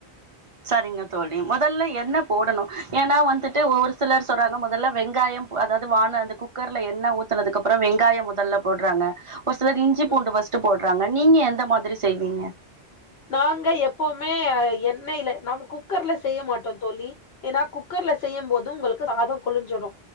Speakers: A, on the right; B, on the left.
A: சரிங்க தோழி முதல்ல என்ன போடணு ஏன்னா வந்துட்டு ஓவொர் சிலர் சொல்றாங்க முதல்ல வெங்காயம் அதாவ்து வான அந்த குக்கர்ல எண்ண ஊத்துனக்கு அப்ற வெங்காய முதல்ல போட்றாங்க ஒ சிலர் இஞ்சி பூண்டு
B: ம்
A: வஸ்ட்டு போடுறாங்க நீங்க எந்த மாதிரி செய்வீங்க
B: நாங்க எப்போமே எண்ணய்ல நாம குக்கர்ல செய்ய மாட்டோ தோழி ஏன்னா குக்கர்ல செய்யும் போது உங்களுக்கு சாதோ குளிஞ்சிடு